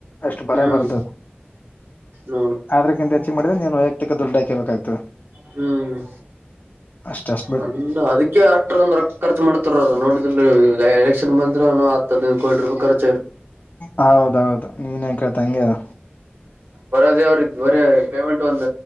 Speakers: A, on the left; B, on the right.
A: ಅಷ್ಟ ಬರ
B: ಹ್ಮ್
A: ಬರ್ತ
B: ನೋಡು
A: ಆದ್ರಕ್ಕಿಂತ ಚಿ ದ ನೀನ್ ವಯಕ್ತಿಕ ದುಡ್ಡು ಹಾಕಬೇಕ್ತದ.
B: ಹ್ಮ.
A: ಅಷ್ಟ ಅಷ
B: ಒಂದ ಅದಕ್ಕೆ ಅಷ್ಟ ರ ಒಂದ್ ರ ಖರ್ಚ ಮಾಡತಾರ ನೋಡಿದ ಎಲೆಕ್ಷನ್ ಬಂದ್ರ ನೂ ಹದ ನದ ಕೋಟಿ ರೂಪಾಯ ಕ
A: ಹೌದೌದ ನೀನ್ ಯಕಳ್ತಂಗ ಅದ
B: ಬರೋದ ಅವ್ರ ಬರ ಪೇಮೆಂಟ್ ಒಂದ